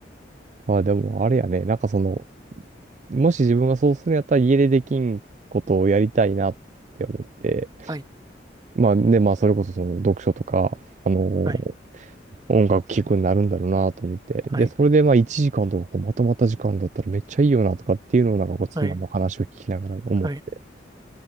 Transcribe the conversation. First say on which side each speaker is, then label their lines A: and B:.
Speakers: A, on the right; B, on the right.
A: まあでも、あれやね、なんかその、もし自分がそうするんやったら家でできんことをやりたいなって思って、
B: はい、
A: まあで、まあそれこそその読書とか、あの
B: はい、
A: 音楽聴くになるんだろうなと思って。
B: はい、
A: で、それでまあ1時間とかこうまとまった時間だったらめっちゃいいよなとかっていうのをなんかこう妻の話を聞きながら思って
B: はい、はい、